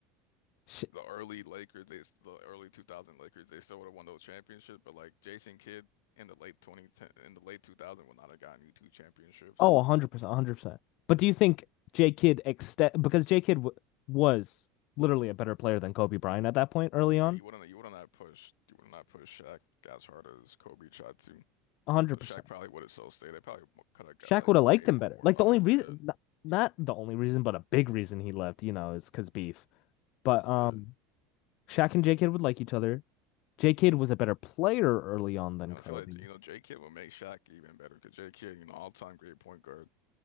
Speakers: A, on the left; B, on the left.
A: sh
B: the early Lakers, they the early 2000 Lakers, they still would have won those championships, but like Jason Kidd in the late 2010 in the late 2000 would not have gotten you two championships.
A: oh, 100%, 100%. But do you think J Kidd extend because J Kidd w was literally a better player than Kobe Bryant at that point early
B: Yeah, I
A: on?
B: mean, he wouldn't He wouldn't have pushed He would not push Shaq as hard as Kobe tried to.
A: 100%.
B: So Shaq probably would have still stayed. They probably could have got
A: Shaq
B: like
A: would have liked
B: made
A: him
B: one
A: better.
B: more
A: Like
B: finals.
A: the only reason
B: Yeah,
A: not, not the only reason, but a big reason he left, you know, is because beef. But um
B: yeah.
A: Shaq and J Kidd would like each other. J Kidd was a better player early on than
B: And
A: Kobe.
B: I feel like you know J Kidd would make Shaq even better because J Kidd, you know, all time great point guard.